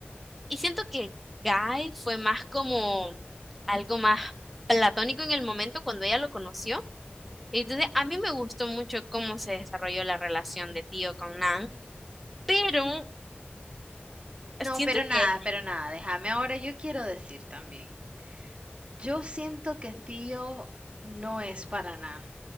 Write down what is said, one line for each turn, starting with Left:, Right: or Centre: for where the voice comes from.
Centre: Y siento que Guy fue más como algo más platónico en el momento cuando ella lo conoció. Y Entonces, a mí me gustó mucho cómo se desarrolló la relación de Tío con Nan, pero
Right: No,
Centre: siento
Right: pero nada,
Centre: que,
Right: pero nada. Déjame ahora, yo quiero decir también. Yo siento que Tío no es para Nan.